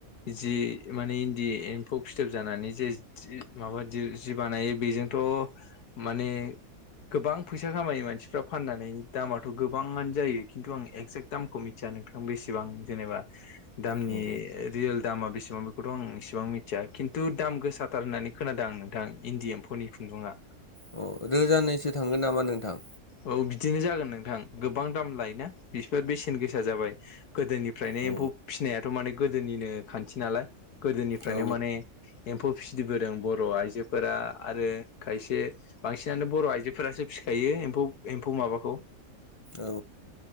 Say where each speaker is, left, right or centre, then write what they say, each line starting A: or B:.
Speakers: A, on the left; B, on the left.
A: जि माने इन्दि एम्फौ फिथोब जानानै जे माबा जि बानायो बेजोंथ' माने गोबां फैसा खामायो मानसिफ्रा फाननानै दामाथ गोबाङानो जायो। खिन्थु आं एक्जेक्ट दामखौ मिथिया नोंथां बेसेबां जेनेबा दामनि
B: औ
A: रियेल दामा बेसे बां बेखौथ आं इसेबां मिथिया खिन्थु दाम गोसाथार होननानै खोनादों आं नोंथां इन्डि एम्फोरनि खुन्दुंआ।
B: अ रोजानैसो थांगोन नामा नोंथां?
A: औ बिदिनो जागोन नोंथां गोबां दाम लायोना बिसफोर बेसेन गोसा जाबाय। गोदोनिफ्रायनो
B: औ
A: एम्फौ फिसिनायाथ माने गोदोनिनो खान्थि नालाय। गोदोनिफ्रायनो
B: औ
A: माने एम्फौ फिदिबोदों बर र' आइजोफोरा आरो खायसे बांसिनानो बर' आइजोफोरासो फिखायो एम्फौ एम्फौ माबाखौ
B: औ